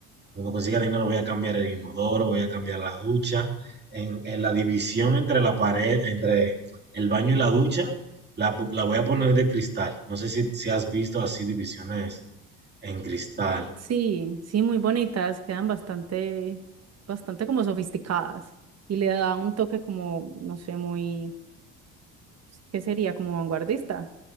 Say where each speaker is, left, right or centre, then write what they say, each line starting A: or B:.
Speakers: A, on the right; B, on the right.
A: Cuando consiga dinero voy a cambiar el inodoro, voy a cambiar la ducha. En, en la división entre la pared, entre el baño y la ducha, la, pu- la voy a poner de cristal. No sé si, si has visto así divisiones en cristal.
B: Sí, sí, muy bonitas, quedan bastante, bastante como sofisticadas y le da un toque como, no sé, muy, ¿qué sería? Como vanguardista